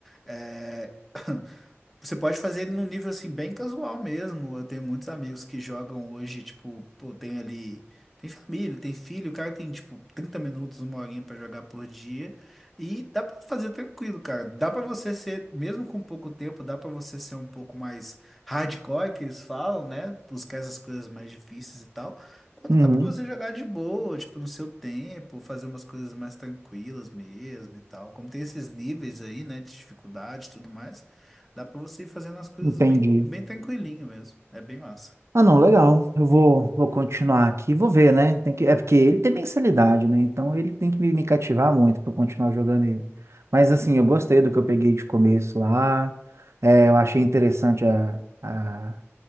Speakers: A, in the centre; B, on the right (about 70°).
A: É. <clears throat> Você pode fazer ele num nível assim bem casual mesmo. Eu tenho muitos amigos que jogam hoje, tipo, pô, tem ali, tem família, tem filho, o cara tem tipo 30 minutos, uma horinha pra jogar por dia e dá pra fazer tranquilo, cara. Dá pra você ser, mesmo com pouco tempo, dá pra você ser um pouco mais hardcore que eles falam, né? Buscar essas coisas mais difíceis e tal. Quanto
B: Uhum,
A: dá pra você jogar de boa, tipo, no seu tempo, fazer umas coisas mais tranquilas mesmo e tal. Como tem esses níveis aí, né, de dificuldade e tudo mais. Dá pra você ir fazendo as coisas
B: entendi.
A: bem, bem tranquilinho mesmo. É bem massa.
B: Ah, não, legal. Eu vou, vou continuar aqui, vou ver, né? Tem que, é porque ele tem mensalidade, né? Então ele tem que me, me cativar muito para continuar jogando ele. Mas assim, eu gostei do que eu peguei de começo lá. É, eu achei interessante a, a